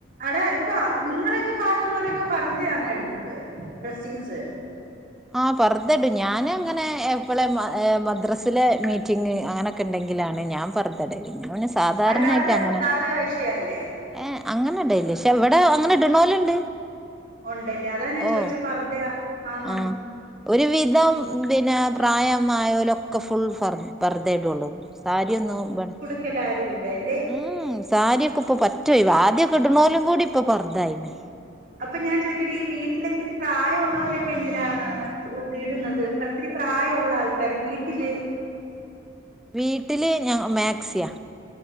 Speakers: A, on the right; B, in the centre.
A: അടാ ഇപ്പൊ നിങ്ങളെയക്കെ പാത്തുള്ളവരൊക്കെ പറഞ്ഞയന്ന ഇടുന്നത് ഡ്രസ്സിങ്സ്.
B: ആഹ് പർദ്ദടും ഞാന് അങ്ങനെ എപ്പളേം ഏ മദ്രസിലെ മീറ്റിംഗ് അങ്ങനെ ക്കണ്ടെങ്കിലാണ് ഞാൻ പർദ്ദടല് സാധാരണായിട്ട്
A: അല്ലാതെ
B: അങ്ങനെ
A: സാദാ വേഷയല്ലേ?
B: ഏഹ് അങ്ങനെ ഇടേല്ല്യ പക്ഷെ ഇവിടെ അങ്ങനെ ഇടണോലുണ്ട്
A: ഉണ്ടല്ലേ അതാ ഞാൻ
B: ഓഹ്
A: ചോയിഛെ പർദ്ദയാ ആന്നോന്ന്
B: ആഹ് ഒരു വിധം പിന്നെ പ്രായമായലൊക്കെ ഫുൾ ഫർ പർദ്ദേ ഇടുള്ളൂ സാരിയൊന്നും ബ
A: ക്കലാആരു ഇല്ലല്ലേ.
B: ഉം സാരിയൊക്കെ ഇപ്പൊ പറ്റ ഓയ്‌വാ ആദ്യക്കെ ഇടുന്നോലും കൂടി ഇപ്പൊ പർദ്ദ ആയിണ്
A: അപ്പൊ ഞാൻ ചോയ്ക്കട്ടെ ഈ വീട്ടിലത്തിരി പ്രായമുള്ളവരൊക്കെ എന്തിനാണ് ഇതിടുന്നത് ഒത്തിരി പ്രായമുള്ള ആൾക്കാര് വീട്ടില്
B: വീട്ടില് ഞ മാക്സിയാ